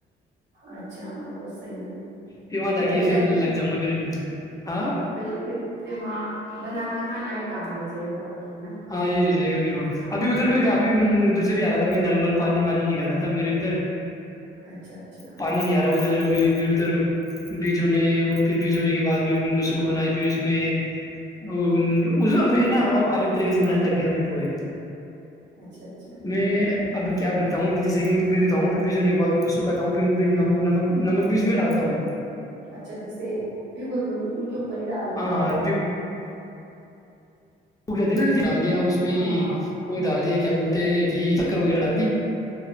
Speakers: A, on the right (about 60°); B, on the left (about 15°).
A: اچھا وہ صحی ہے
B: پ وہاں دگی
A: بڑے
B: اسے
A: تاکہ
B: لگ جاما پھر ہاں
A: پہلے پھر پھر وہاں بنانا کھانا ایک کام رہ جائے گا کے ہے نا
B: ہاں یہ رہی جائے گا بھییروا ابھی ادھر میں ابھی ادھر سے بھی آ میں نل ول پانی وانی نکال رہا تھا میرے ادھر
A: اچھا اچھا
B: پانی نہیں آ رہا ادھر جو بھی پھر ادھر بجوں نہیں پھر بج ہونے کے بعد بھی ان کو سکون ہے پھر اس میں اس میں نا الگ طریقے سے بنانے لگ گیا ہم پوئے
A: اچھا اچھا
B: میں ابھی کیا کرتا ہوں کہ جیسے ان کو بجوتا ہوں پھر بجنے کے بد ان کو سکاتا ہوں پھر نمک بھی اس میں ڈالتا ہوں
A: اچھا جیسے بگو کے ان کے اوپر ہی ڈال لیتے
B: ہاں
A: ہے آپ نے
B: رکھ جاتتے نا ڈال دیا اس میں
A: ہاں
B: ہی
A: ہاں
B: وہ ڈال دیا کیا بولتے ہیں کہ کرو لڑا دی